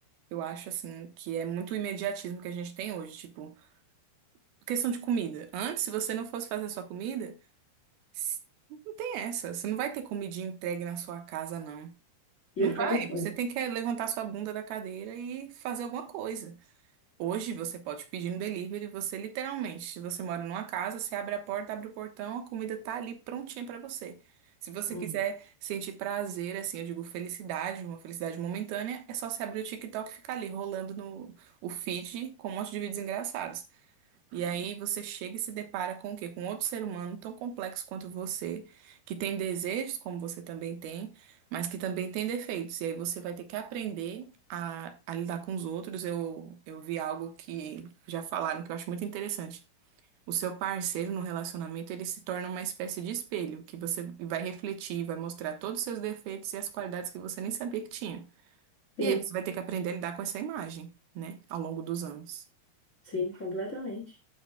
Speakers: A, on the right; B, on the left.
A: Eu acho assim que é muito imediatismo que a gente tem hoje, tipo Questão de comida. Antes, se você não fosse fazer sua comida, s- não tem essa. Você não vai ter comidinha entregue na sua casa, não.
B: Ia
A: Não
B: ficar
A: vai.
B: com fome.
A: Você tem que é, levantar sua bunda da cadeira e fazer alguma coisa. Hoje você pode pedir no delivery, você literalmente, se você mora numa casa, você abre a porta, abre o portão, a comida tá ali prontinha pra você. Se você
B: Uhum.
A: quiser sentir prazer, assim, eu digo felicidade, uma felicidade momentânea, é só você abrir o TikTok e ficar ali rolando no o feed com um monte de vídeos engraçados. E aí você chega e se depara com o quê? Com outro ser humano tão complexo quanto você, que tem desejos, como você também tem, mas que também tem defeitos. E aí você vai ter que aprender a, a lidar com os outros. Eu, eu vi algo que já falaram que eu acho muito interessante. O seu parceiro no relacionamento, ele se torna uma espécie de espelho, que você vai refletir, vai mostrar todos os seus defeitos e as qualidades que você nem sabia que tinha.
B: Sim,
A: E aí você vai ter que aprender a lidar com essa imagem, né, ao longo dos anos.
B: sim, completamente.